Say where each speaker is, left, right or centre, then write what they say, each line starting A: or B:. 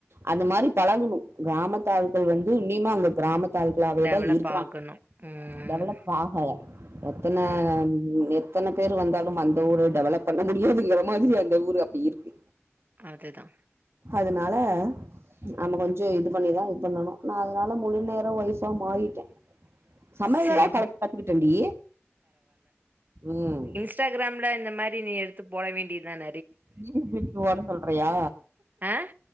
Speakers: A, on the right; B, on the right.
A: அந்த மாறி பழகணு கிராமத் ஆட்கள் வந்து உன்னிமே அவுங்க கிராமத் ஆட்கள்களா வேதா
B: டெவலப்
A: இருக்குறாங்க
B: ஆகணு ம்
A: டெவலப் ஆகது எத்தன
B: ம்
A: எத்தன பேர் வந்தாலு அந்த ஊரு டெவலப் பண்ண முடியாதுங்கிற மாதிரி அந்த ஊர் அப்புடி இருக்கு
B: அது தா
A: அதுனால நம்ம கொஞ்ச இது பண்ணிதா இது பண்ணணு நா அதனால முழு நேர வைஃபா மாறிட்டே சமையல்
B: சரி
A: எல்லா கலந்து பாத்துகிட்டு டி ம்
B: இன்ஸ்டாகிராமில்ல இந்த மாறி நீ எடுத்து போட வேண்டியது தான
A: நீயு விட்டுட்டு ஓட சொல்றியா
B: ஆ